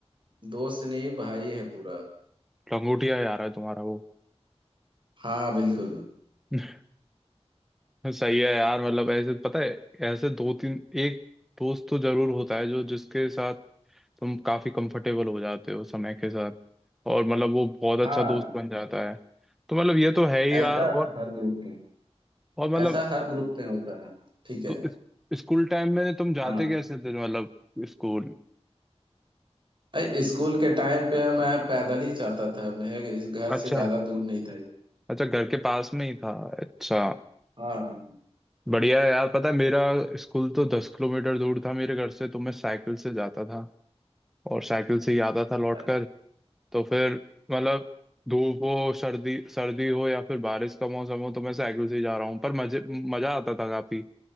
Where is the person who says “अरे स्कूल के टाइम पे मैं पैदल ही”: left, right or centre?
Right